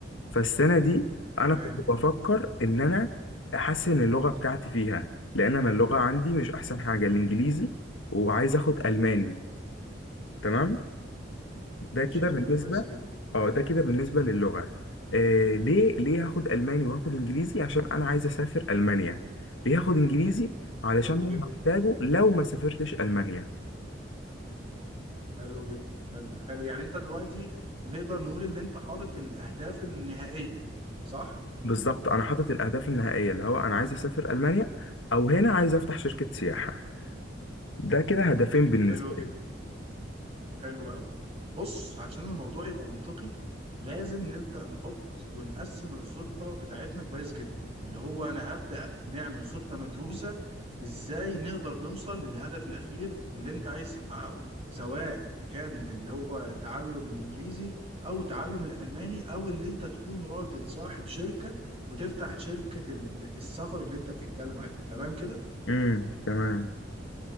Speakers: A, on the left (about 85°); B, on the right (about 35°).
A: فالسنة دي
B: تمام
A: أنا كنت بفكر إن أنا أحسن اللغة بتاعتي فيها لأن أنا اللغة عندي مش أحسن حاجة الإنجليزي وعايز آخد ألماني تمام ده
B: ماشي
A: كده
B: فكره
A: بالنسبة
B: كويسه جدا
A: أه ده كده بالنسبة للغة آه ليه ليه هاخد ألماني وهاخد إنجليزي عشان أنا عايز أسافر ألمانيا ليه هاخد إنجليزي علشان
B: حلو
A: أنا
B: جدا
A: هحتاجه لو ما سافرتش ألمانيا
B: حلو جدا حلو حلو يعني انت دلوقتي نقدر نقول ان انت حاطط الاهداف النهائية صح؟
A: بالظبط انا حاطط الاهداف النهائيه اللي هو انا عايز اسافر المانيا او هنا عايز افتح شركه سياحه ده كده هدفين بالنسبه
B: حلو جدا
A: لي
B: حلو قوي بص عشان الموضوع يبقى منطقي لازم نبدأ نحط ونقسم الخطة بتاعتنا كويس جدا اللي هو أنا هبدأ نعمل خطة مدروسة إزاي نقدر نوصل للهدف الأخير اللي أنت عايز تحققه سواء كان اللي هو تعلم الإنجليزي أو تعلم الألماني أو اللي أنت تكون راجل صاحب شركة وتفتح شركة ال- السفر اللي أنت بتتكلم عليها تمام كده؟
A: امم تمام